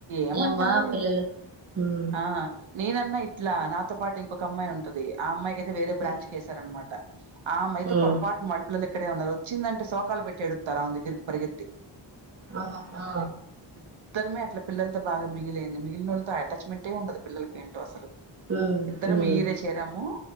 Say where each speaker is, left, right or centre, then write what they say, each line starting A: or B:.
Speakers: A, on the right; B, on the right.
A: ఏమంటారు
B: ఏమ్మా పిల్లలు ఉమ్
A: ఆ నేనన్నా ఇట్లా నాతో పాటు ఇంకొక అమ్మాయి ఉంటుది ఆ అమ్మాయికియితే వేరే బ్రాంచ్
B: ఉమ్
A: క వేసారనమాట ఆమె అయితే
B: ఉమ్
A: పొరపాటు మళ పిల్లలు ఇక్కడే ఉన్నారు వచ్చిందంటే శోకాలు పెట్టటి ఎడుగుతారు ఆమె దగ్గరికి పరిగెతి
B: ఆహా ఆ
A: ఇద్దరమే అట్ల పిల్లతో బాగా మింగిల్ అయింది మిగిలినళ్లతో అటాచ్మెంటే ఉండదు పిల్లకి ఏంటో అసలు
B: ఉమ్
A: ఇద్దరం
B: ఉమ్
A: ఇరే చేరాము